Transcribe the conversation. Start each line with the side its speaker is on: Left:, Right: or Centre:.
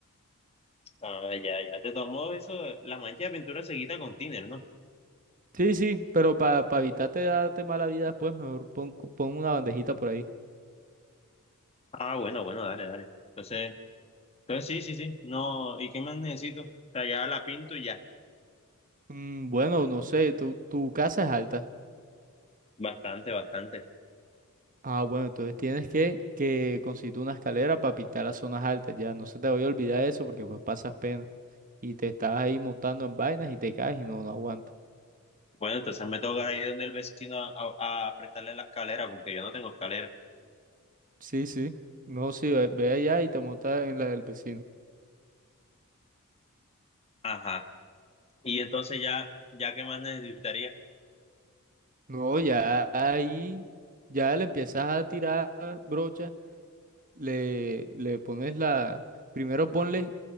Left: Ah, ya, ya. Te tomó eso, la mancha de pintura se quita con thinner, ¿no?
Right: Sí, sí, pero para evitarte darte mala vida después, mejor pon, pon una bandejita por ahí.
Left: Ah, bueno, bueno, dale, dale. Entonces, entonces sí, sí, sí. No, ¿y qué más necesito? O sea, ya la pinto y ya.
Right: Mm, bueno, no sé, tu, tu casa es alta.
Left: Bastante, bastante.
Right: Ah, bueno, entonces tienes que, que conseguir una escalera para pintar las zonas altas, ya no se te vaya a olvidar eso porque pues pasas pena y te estás ahí montando en vainas y te caes y no, no aguantas.
Left: Bueno, entonces me toca ir donde el vecino a, a a prestarle la escalera, porque yo no tengo escalera.
Right: Sí, sí. No, sí, ve, ve allá y te montas en la del vecino.
Left: Ajá. Y entonces ya, ya qué más necesitaría.
Right: No, ya ahí, ya le empiezas a tirar brocha, le, le pones la, primero ponle,